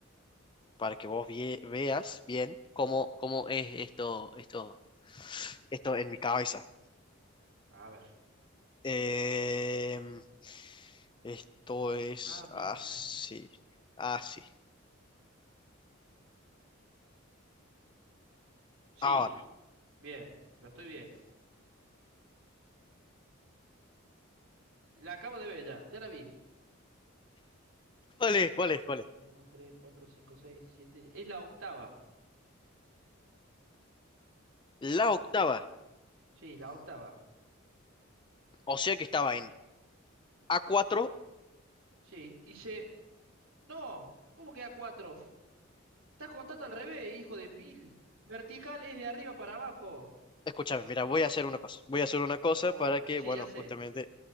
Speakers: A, on the left; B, on the right.
A: para que vos vie- veas bien cómo, cómo es esto, esto, esto en mi cabeza.
B: a ver.
A: Em, esto es
B: Ah, mita,
A: así,
B: ¿eh?
A: así.
B: Sí,
A: Ahora,
B: bien, lo estoy viendo. La acabo de ver ya, ya la vi.
A: ¿cuál es? ¿Cuál es? ¿Cuál es?
B: Uno, 2, 3, 4, 5, 6, 7. Es la octava.
A: La octava,
B: Sí, la octava.
A: o sea que estaba en a cuatro
B: Sí, hice. No, ¿cómo queda cuatro? F- Estás contando al revés, hijo de mil. Vertical es de arriba para abajo.
A: Escúchame, mira, voy a hacer una cosa. Voy a hacer una cosa
B: Oh,
A: para que,
B: sí,
A: bueno,
B: ya sé.
A: justamente.